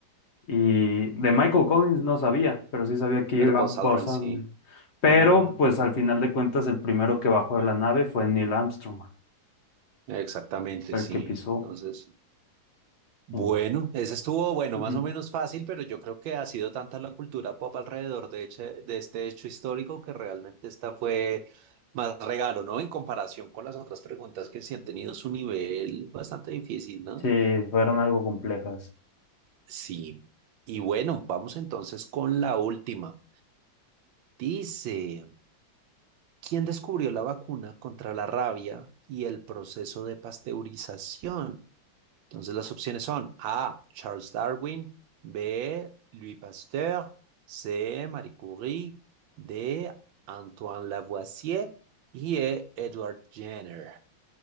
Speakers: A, on the left; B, on the right.
A: y de Michael Collins no sabía, pero sí sabía que iba
B: Pero Buzz
A: Buzz
B: Aldrin sí.
A: Aldrin. Pero
B: Ujú,
A: pues al final de cuentas el primero que bajó de la nave fue Neil Armstrong,
B: Exactamente,
A: fue
B: sí.
A: el que pisó.
B: Entonces, bueno,
A: mira
B: ese estuvo, bueno,
A: Ujú.
B: más o menos fácil, pero yo creo que ha sido tanta la cultura pop alrededor de, eche- de este hecho histórico que realmente esta fue más regalo, ¿no? En comparación con las otras preguntas que sí han tenido su nivel bastante difícil, ¿no?
A: Sí, fueron algo complejas.
B: Sí. Y bueno, vamos entonces con la última. Dice, ¿quién descubrió la vacuna contra la rabia y el proceso de pasteurización? Entonces las opciones son A, Charles Darwin, B, Louis Pasteur, C, Marie Curie, D, Antoine Lavoisier y E, Edward Jenner.